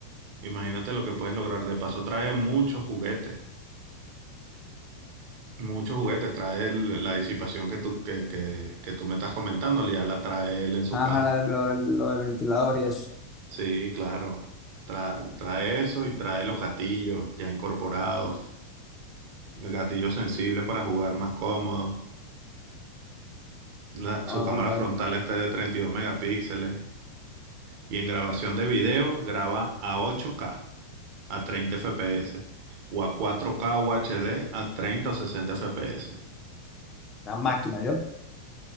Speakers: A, on the right; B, on the left.
A: imagínate lo que puedes lograr. De paso, trae muchos juguetes, muchos juguetes. Trae el- la disipación que tú, que, que, que tú me estás comentando, ya la trae él en su
B: Ajá,
A: caja.
B: la- lo, lo del ventilador y eso.
A: Sí, claro. Tra- trae eso y trae los gatillos ya incorporados, gatillos sensibles para jugar más cómodo. La-
B: Ahora
A: su cámara
B: con lo
A: frontal
B: que-
A: está de 32 megapíxeles y en grabación de videos graba a 8K. a 30 FPS o a cuatro k UHD a 30 o 60 FPS,
B: la máquina, yo,